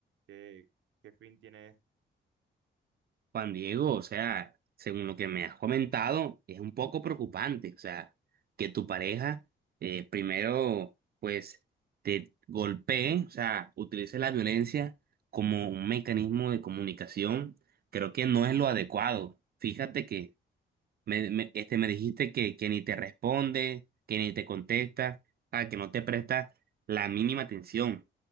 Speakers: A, on the right; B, on the right.
A: que- qué fin tiene esto.
B: Juan Diego, o sea, según lo que me has comentado, es un poco preocupante, o sea, que tu pareja eh, primero pues te golpee, o sea, utilice la violencia como un mecanismo de comunicación, creo que no es lo adecuado. Fíjate que me, me- este, me dijiste que, que ni te responde, que ni te contesta, ah, que no te presta la mínima atención.